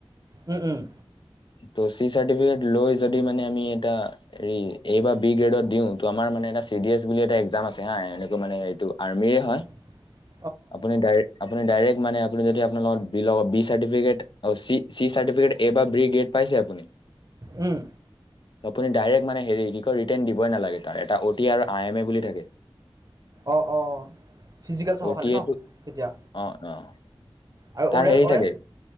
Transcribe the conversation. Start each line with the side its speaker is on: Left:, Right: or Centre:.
Right: উম, উম।
Left: ত' চি চাৰ্টিফিকেট লৈ যদি মানে আমি এটা হেৰি এ বা বি গ্ৰেডত দিওঁ, ত আমাৰ মানে এটা চি ডি এছ বুলি এটা একজাম আছে হা এনেকুৱা মানে এইটো আৰ্মিৰে হয়।
Right: <inaudible>
Left: আপুনি ডাইৰ আপুনি ডাইৰেক্ট মানে আপুনি যদি আপোনাৰ লগত বি লগত বি চাৰ্টিফিকেট অ চি চাৰ্টিফিকেট এ বা বি গ্ৰেড পাইছে আপুনি?
Right: উম।
Left: ত', আপুনি ডাইৰেক্ট মানে হেৰি কি কয় ৰিটেন দিবই নালাগে তাৰ এটা অ টি আৰু আই এম এ বুলি থাকে।
Right: অঁ অঁ, ফিজিকেল চাব
Left: অ'
Right: খালি
Left: টি
Right: ন'
Left: এটো
Right: তেতিয়া।
Left: অ, অ',
Right: আৰু
Left: তাৰ
Right: অ'ৰেল
Left: হেৰি
Right: অ'ৰেল
Left: থাকে,